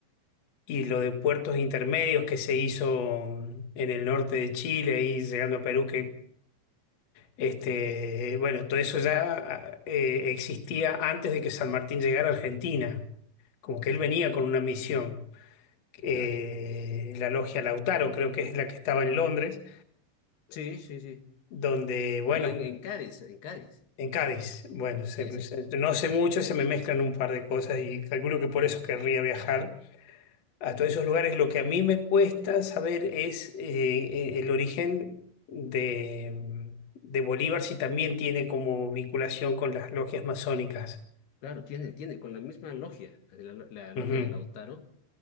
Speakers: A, on the left; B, on the left.
A: Y lo de puertos intermedios que se hizo mm, en el norte de Chile y llegando a Perú, que este, bueno, todo eso ya ah, eh, existía antes de que San Martín llegara a Argentina, como que él venía con una misión. Eh,
B: Claro.
A: la logia Lautaro, creo que es la que estaba en Londres,
B: Sí, sí, sí.
A: donde, bueno,
B: No, en, en Cádiz, en Cádiz.
A: en Cádiz, bueno, se-
B: Sí, sí.
A: se- no sé mucho, se me mezclan un par de cosas y calculo que por eso querría viajar a todos esos lugares. Lo que a mí me cuesta saber es eh, eh, el origen de, mm, de Bolívar, si también tiene como vinculación con las logias masónicas.
B: Claro, tiene, tiene, con la misma logia. La, la logia
A: Ujú.
B: de Lautaro